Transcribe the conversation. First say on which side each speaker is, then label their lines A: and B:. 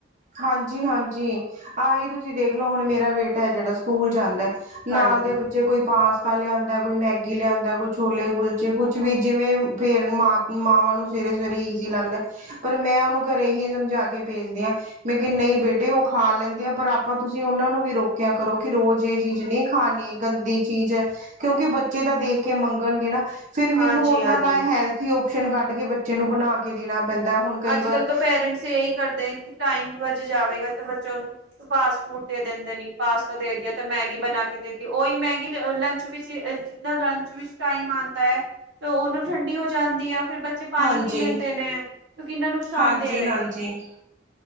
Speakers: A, on the right; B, on the right.
A: ਹਾਂਜੀ- ਹਾਂਜੀ, ਆਹੀ ਤੁਸੀਂ ਦੇਖਲੋ ਹੁਣ ਮੇਰਾ ਬੇਟਾ ਏ, ਜਿਹੜਾ ਸਕੂਲ ਜਾਂਦੈ। ਨਾਲ
B: ਹਾਂਜੀ।
A: ਦੇ ਬੱਚੇ ਕੋਈ ਪਾਸਤਾ ਲਿਆਂਦਾ, ਕੋਈ ਮੈਗੀ ਲਿਆਂਦਾ, ਕੋਈ ਛੋਲੇ ਕੁਲਚੇ, ਕੁਛ ਵੀ ਜਿਵੇਂ ਫੇਰ ਮਾਂ ਮਾਵਾਂ ਨੂੰ ਸਵੇਰੇ- ਸਵੇਰੇ ਈਜ਼ੀ ਲੱਗਦੈ। ਪਰ ਮੈਂ ਉਹਨੂੰ ਘਰੇਂ ਹੀ ਸਮਝਾ ਕੇ ਭੇਜਦੀ ਆਂ। ਮੈਂ ਕਿਹਾ ਨਈ ਬੇਟੇ ਓ ਖਾ ਲੈਂਦੇ ਆ, ਪਰ ਆਪਾਂ ਤੁਸੀਂ ਓਹਨਾਂ ਨੂੰ ਵੀ ਰੋ ਰੋਕਿਆ ਕਰੋ, ਕਿ ਰੋਜ ਇਹ ਚੀਜ ਨੀ ਖਾਣੀ ਗੰਦੀ ਚੀਜ਼। ਕਿਉਂਕਿ ਬੱਚੇ ਤਾਂ ਦੇਖ ਕੇ ਮੰਗਨਗੇ ਨਾ, ਫੇਰ
B: ਹਾਂਜੀ-ਹਾਂਜੀ।
A: ਮੈਨੂੰ ਓਹਨਾਂ ਦਾ ਹੈਲਥ ਥੀ ਓਪਸ਼ਨ ਕੱਡ ਕੇ ਬੱਚੇ ਨੂੰ ਬਣਾ ਕੇ ਦੇਣਾ ਪੈਂਦਾ, ਹੁਣ ਕਈ
B: ਅੱਜ-ਕੱਲ੍ਹ
A: ਵਾਰ
B: ਤਾਂ ਪੇਰੈਂਟਸ ਇਹੀ ਕਰਦੇ ਟਾਈਮ ਬੱਚ ਜਾਵੇਗਾ, ਤੇ ਬੱਚਿਆਂ ਨੂੰ ਫਾਸਟ ਫੂਡ ਦੇ ਦਿੰਦੇ ਨੇ, ਪਾਸਤਾ ਦੇ ਦਿਆ। ਤੇ ਮੈਗੀ ਬਣਾ ਕੇ ਦੇਤੀ, ਓਹੀ ਮੈਗੀ ਲੰਚ ਵਿੱਚ ਜਿਤਨਾ ਲੰਚ ਵਿੱਚ ਟਾਈਮ ਆਂਦਾ ਐ ਤੇ ਓਹ ਨਾ ਠੰਡੀ ਹੋ ਜਾਂਦੀ ਆ, ਫੇਰ ਬੱਚੇ ਪਾਨੀ
A: ਹਾਂਜੀ
B: ਪੀ ਲੈਂਦੇ ਨੇ। ਤੇ ਕਿੰਨਾ ਨੁਕਸਾਨ
A: ਹਾਂਜੀ-ਹਾਂਜੀ,
B: ਦੇਵੇਗੀ।